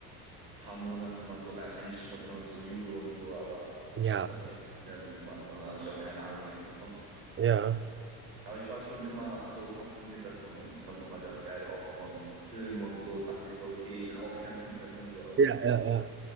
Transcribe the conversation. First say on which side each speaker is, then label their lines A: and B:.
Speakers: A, on the right; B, on the right.
A: paar Monate mal so reingestumpert, immer in so Judo und so, aber
B: Ja,
A: das habe ich jetzt nicht mehr so gemacht, sondern habe ich auch keine Ahnung jetzt mehr von.
B: ja.
A: Aber ich war schon immer so fasziniert davon und fand es immer ganz geil, auch von Filmen und so. Dachte ich so, okay, ich will auch kämpfen können und so.
B: Ja, ja, ja.